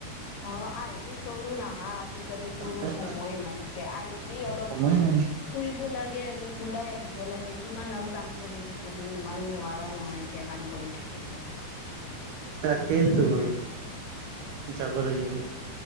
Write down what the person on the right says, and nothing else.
তাক
সময় নাই
তাকেতো,
যাব লাগিব।